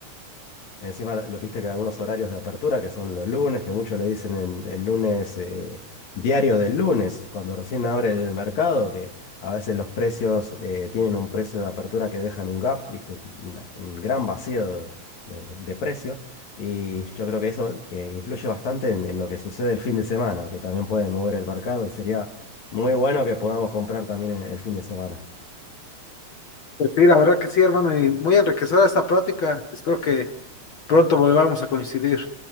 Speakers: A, on the left; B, on the left.
A: Encima lo, lo viste que algunos horarios de apertura, que son los lunes, que muchos le dicen en- el lunes, eh, diario del lunes, cuando recién abre el mercado, que a veces los precios eh, tienen un precio de apertura que dejan un gap, viste, Una- un gran vacío de, de precio. Y yo creo que eso eh, influye bastante en, en lo que sucede el fin de semana, que también puede mover el mercado y sería muy bueno que podamos comprar también el el fin de semana.
B: Pues sí, la verdad que sí, hermano, y muy enriquecedora esta práctica. Espero que pronto volvamos a coincidir.